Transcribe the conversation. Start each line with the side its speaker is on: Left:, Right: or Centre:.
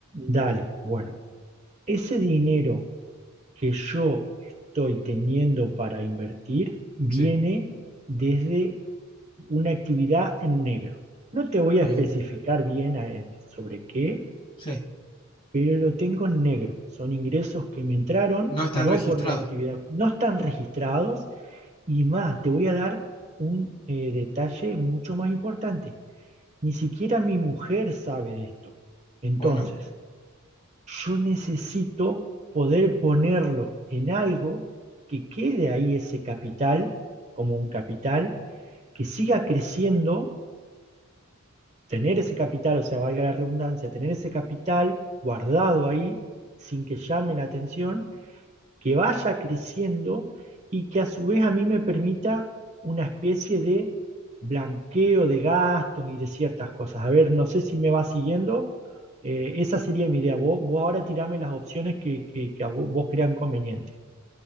Right: Dale, bueno, ese dinero que yo estoy teniendo para invertir viene
Left: Sí,
Right: desde una actividad en negro. No te voy a
Left: bien,
Right: especificar bien eh, sobre qué,
Left: sí,
Right: pero lo tengo en negro. Son ingresos que me entraron,
Left: no están
Right: no
Left: registrados.
Right: por mi actividad, no están registrados y más, te voy a dar un eh, detalle mucho más importante. Ni siquiera mi mujer sabe de esto. Entonces,
Left: Bueno.
Right: yo necesito poder ponerlo en algo que quede ahí ese capital, como un capital, que siga creciendo, tener ese capital, o sea, valga la redundancia, tener ese capital guardado ahí sin que llame la atención que vaya creciendo y que a su vez a mí me permita una especie de blanqueo de gastos y de ciertas cosas. A ver, no sé si me va siguiendo. Eh, esa sería mi idea. Vos, vos ahora tirame las opciones que, que- que a vos, vos crean conveniente.